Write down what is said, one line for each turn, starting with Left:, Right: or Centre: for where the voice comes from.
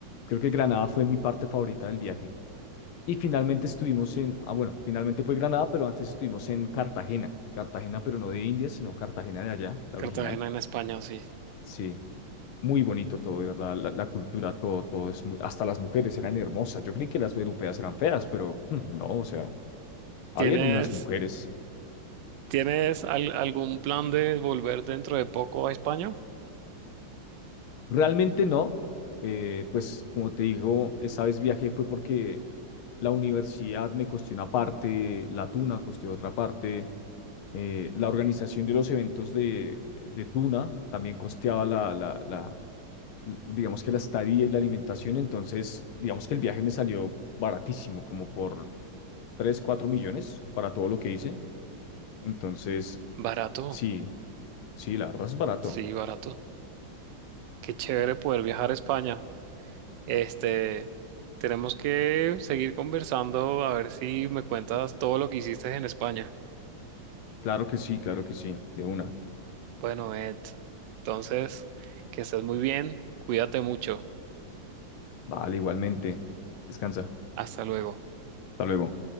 Left: creo que Granada fue mi parte favorita del viaje. Y finalmente estuvimos en, ah, bueno, finalmente fue Granada, pero antes estuvimos en Cartagena. Cartagena, pero no de India, sino Cartagena de allá, la
Right: Cartagena
Left: original.
Right: en España, sí.
Left: Sí, muy bonito todo, de verdad. La, la cultura, todo, todo es muy, hasta las mujeres eran hermosas. Yo creí que las europeas eran feas, pero hmm, no, o sea, Habían
Right: ¿Tienes,
Left: unas mujeres.
Right: tienes al- algún plan de volver dentro de poco a España?
Left: Realmente no. eh, pues como te digo, esa vez viajé fue porque la universidad me costó una parte, la Tuna costó otra parte, eh, la organización de los eventos de, de Tuna también costeaba la, la, la, l- digamos que la estadía y la alimentación, entonces digamos que el viaje me salió baratísimo, como por tres cuatro millones para todo lo que hice, entonces
Right: Barato,
Left: sí, sí, la verdad es barato,
Right: sí, barato. Qué chévere poder viajar a España. Este, tenemos que seguir conversando a ver si me cuentas todo lo que hiciste en España.
Left: claro que sí, claro que sí, de una.
Right: Bueno, Ed, entonces, que estés muy bien, cuídate mucho.
Left: Vale, igualmente. Descansa.
Right: Hasta luego.
Left: Hasta luego.